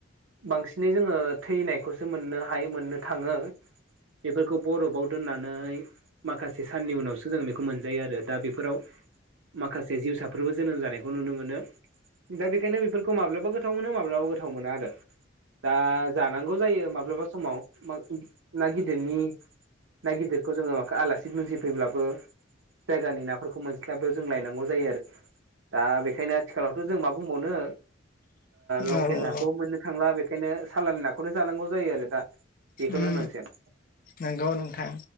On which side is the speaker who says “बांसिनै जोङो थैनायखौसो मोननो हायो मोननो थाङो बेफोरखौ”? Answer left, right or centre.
Right